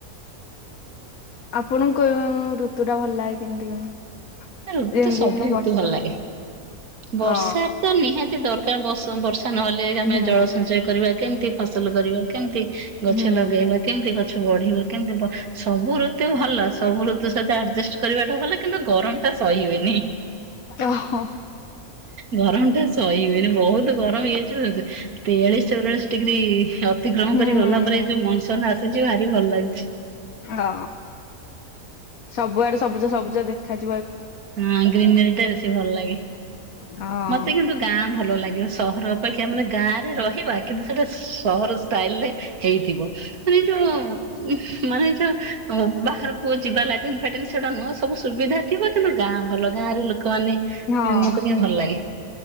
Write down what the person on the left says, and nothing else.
ଆପଣଙ୍କୁ ଋତୁ ଟା ଭଲ ଲାଗେ କେମିତି କଣ?
ଯେମିତି
ଏଇନୁ
ବର୍ଷା
ଅ
ହୁଁ
ହୁଁ
ଓହୋ
ହୁଁ
ଅ ସବୁଆଡେ ସବୁଜ ସବୁଜ ଦେଖାଯା
ହଁ
ହଁ ହଁ